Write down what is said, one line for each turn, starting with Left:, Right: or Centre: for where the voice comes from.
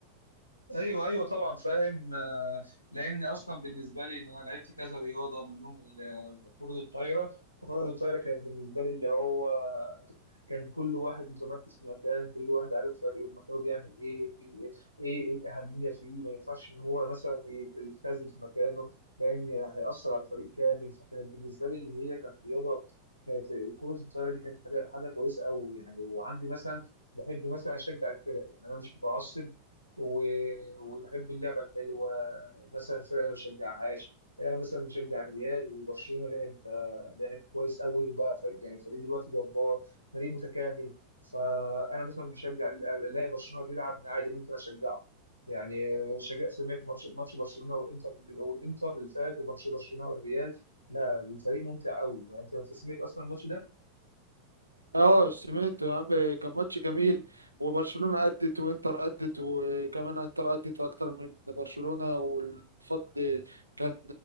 Left: ايوه ايوه طبعا فاهم آه، لان اصلا بالنسبه لي ان انا لعبت كذا رياضه منهم ال- كره الطايره كره الطايره كانت بالنسبه لي اللي هو كان كل واحد متمركز في مكان كل واحد عارف فريقه بمكانه بيعمل ايه بي ايه إيه الاهميه فيه ما ينفعش ان هو مثلا يت- يتخاذل في مكانه لان هيأثر على الفريق كامل فكانت بالنسبه لي اللي هي كانت رياضه كانت كره الطايره دي كانت حاجه حاجه كويسه قوي يعني وعندي مثلا بحب مثلا اشجع الفرق يعني انا مش متعصب و... وبحب اللعبه الحلوه مثلا الفرق انا ما بشجعهاش انا مثلا مشجع الريال وبرشلونه لعب آه، لعب كويس قوي وبقى فريق يعني فريق دلوقتي جبار فريق متكامل فانا مثلا بشجع ال- ال- الاقي برشلونه بيلعب عادي ممكن اشجعه يعني شجع سمعت ماتش ماتش برشلونه والانتر والانتر اللي فات وماتش برشلونه والريال لا الفريق ممتع قوي يعني انت لو سمعت اصلا الماتش ده
Right: اه سمعت يا عم كان ماتش جميل وبرشلونة أدت وإنتر أدت وكمان إنتر أدت أكتر من برشلونة والفضل كان